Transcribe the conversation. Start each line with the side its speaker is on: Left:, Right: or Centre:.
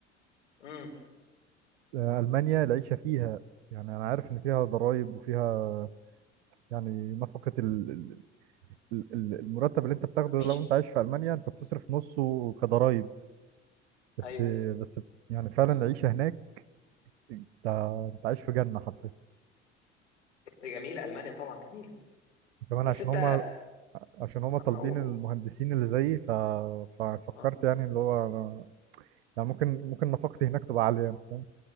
Left: امم
Right: آه، ألمانيا العيشة فيها يعني أنا عارف إن فيها ضرايب وفيها يعني نفقة ال- ال- المرتب اللي انت بتاخده لو
Left: عيش
Right: انت عايش في المانيا انت بتصرف نصه كضرايب بس
Left: ايوه
Right: بس يعني فعلا العيشه هناك انت انت عايش في جنه حرفيا
Left: دي جميله المانيا طبعا جميله
Right: كمان
Left: بس
Right: عشان
Left: انت
Right: هما عشان هما طالبين
Left: أو...
Right: المهندسين اللي زيي ف... ففكرت
Left: آه.
Right: يعني اللي هو انا- يعني ممكن ممكن نفقتي هناك تبقى عاليه يعني فاهم؟